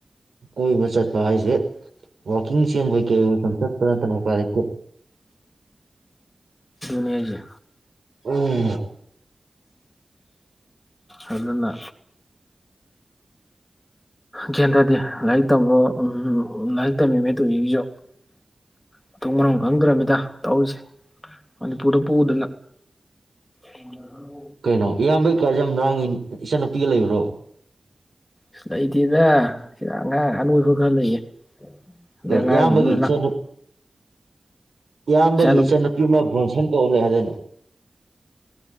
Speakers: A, on the right; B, on the left.
A: ꯀꯣꯏꯕ ꯆꯠꯄ ꯍꯥꯏꯁꯦ ꯋꯥꯛꯀꯤꯡ ꯆꯦꯟꯕꯣꯏ ꯀꯩꯑꯣꯏ ꯁꯨꯝ ꯆꯠꯄ ꯅꯠꯇꯅ ꯎꯄꯥꯏ ꯂꯩꯇꯦ
B: ꯅꯤꯌꯥ
A: ꯎꯝ
B: ꯎꯝ ꯑꯗꯨꯅ ꯒꯦꯟꯗ꯭ꯔꯗꯤ ꯂꯥꯏꯔꯤꯛ ꯇꯝꯕ ꯂꯥꯏꯔꯤꯛ ꯇꯝꯃꯤꯕꯩ ꯇꯧꯒꯤꯁꯨ ꯃꯊꯛ ꯃꯔꯝ ꯈꯪꯗ꯭ꯔꯃꯤꯗ ꯇꯧꯔꯤꯁꯦ ꯃꯅꯤꯄꯨꯔꯗ ꯄꯨꯗ ꯎꯝ
A: ꯀꯩꯅꯣ ꯏꯌꯥꯝꯕꯩ ꯀꯥꯖꯦ ꯌꯥꯝ ꯂꯥꯡꯉꯦ ꯏꯆꯟꯅꯨꯄꯤꯒ ꯂꯩꯕ꯭ꯔꯣ
B: ꯁꯨ ꯂꯩꯇꯦꯅꯦ ꯁꯤꯗ ꯑꯉꯥꯡ ꯑꯅꯣꯏꯕ ꯈꯔ ꯂꯩꯌꯦ ꯑꯗꯩ
A: ꯀꯩꯅꯣ
B: ꯑꯉꯥꯡꯁꯤꯡ
A: ꯏꯌꯥꯝꯕꯒꯤ
B: ꯂꯣꯏ
A: ꯏꯆ
B: ꯂꯥꯡ
A: ꯏꯌꯥꯝꯕꯒꯤ
B: ꯏꯆꯥ
A: ꯏꯆꯟꯅꯨꯄꯤ ꯑꯃ ꯕ꯭ꯔꯣꯟꯁꯟ ꯀꯧꯝ ꯂꯩ ꯍꯥꯏꯗꯅꯨ